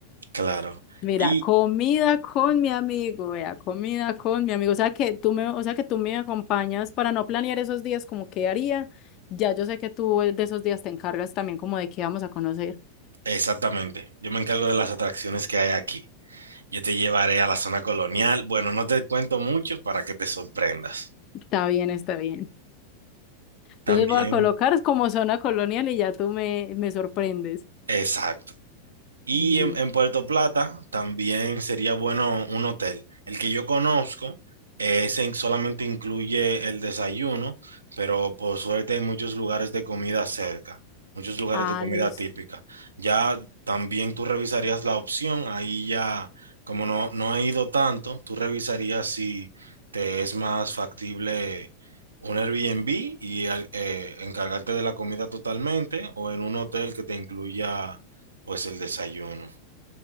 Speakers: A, on the right; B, on the left.
A: claro.
B: Mira,
A: Y
B: comida con mi amigo, vea, comida con mi amigo. O sea que tú me, o sea que tú me acompañas para no planear esos días como qué haría. Ya yo sé que tú eh, de esos días te encargas también como de qué vamos a conocer.
A: exactamente, yo me encargo de las atracciones que hay aquí. Yo te llevaré a la zona colonial. Bueno, no te cuento mucho para que te sorprendas.
B: Está bien, está bien. Entonces
A: También,
B: voy a colocar como zona colonial y ya tú me, me sorprendes.
A: exacto. Y
B: Listo.
A: en, en Puerto Plata también sería bueno un hotel. El que yo conozco, eh, ese in- solamente incluye el desayuno, pero por suerte hay muchos lugares de comida cerca, muchos lugares
B: Ah,
A: de comida
B: listo.
A: típica. Ya también tú revisarías la opción, ahí ya, como no, no he ido tanto, tú revisarías si te es más factible un Airbnb y al- eh, encargarte de la comida totalmente o en un hotel que te incluya pues el desayuno.